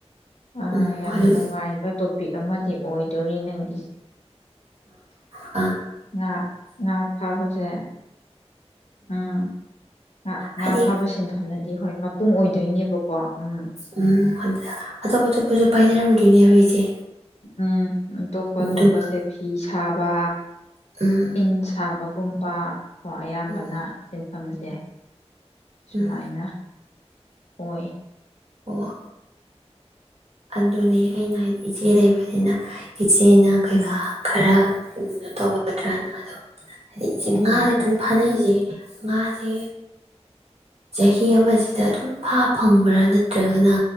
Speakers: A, on the left (about 75°); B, on the right (about 65°).
A: ꯑ
B: ꯎꯝ
A: ꯌꯥꯝ
B: ꯑꯗꯨꯝ
A: ꯅꯨꯡꯉꯥꯏꯕ ꯇꯣꯄꯤꯛ ꯑꯃꯗꯤ ꯑꯣꯏꯗꯣꯔꯤ ꯅꯪꯒꯤꯁꯦ
B: ꯑ
A: ꯉꯥ ꯉꯥ ꯐꯥꯕꯁꯦ ꯎꯝ ꯉ ꯉꯥ
B: ꯍꯥꯏꯗꯤ
A: ꯐꯥꯕ ꯁꯤꯟꯐꯝꯅꯗꯤ ꯍꯣꯏ ꯃꯄꯨꯡ ꯑꯣꯏꯗꯣꯏꯅꯦꯕꯀꯣ ꯎꯝ
B: ꯎꯝ ꯑꯗꯨꯗ ꯑꯇꯣꯞ ꯑꯇꯣꯞꯄꯁꯨ ꯄꯥꯏꯅꯔꯝꯗꯣꯏꯅꯦꯕ ꯑꯩꯁꯦ
A: ꯎꯝ ꯎ ꯇꯣꯞꯄ
B: ꯑꯗꯨꯒ
A: ꯇꯣꯞꯄꯁꯦ ꯐꯤꯤꯁ ꯁꯥꯥꯕ
B: ꯎꯝ
A: ꯏꯟ ꯁꯥꯕꯒꯨꯝꯕ ꯀꯣ ꯑꯌꯥꯝꯕꯅ
B: ꯎꯝ
A: ꯊꯝꯖꯦ ꯁꯨꯃꯥꯏꯅ
B: ꯎꯝ
A: ꯑꯣꯏ
B: ꯑꯣ ꯑꯗꯨꯅꯤ ꯑꯩꯅ ꯍꯥꯏꯗꯤ ꯏꯆꯦ ꯂꯩꯕꯅꯤꯅ ꯏꯆꯦꯅ ꯀꯩꯀꯥ
A: ꯎꯝ
B: ꯈꯔ ꯎꯅ ꯇꯧꯒꯗ꯭ꯔꯅ ꯑꯗꯣ ꯍꯥꯏꯗꯤ ꯏꯆꯦ ꯉꯥꯁꯦ
A: ꯎꯝ
B: ꯑꯗꯨꯝ ꯐꯥꯅꯩꯁꯦ ꯉꯥꯁꯦ ꯆꯍꯤ ꯑꯃꯁꯤꯗ ꯑꯗꯨꯝ ꯐꯥ ꯐꯪꯕ꯭ꯔꯥ ꯅꯠꯇ꯭ꯔꯒꯅ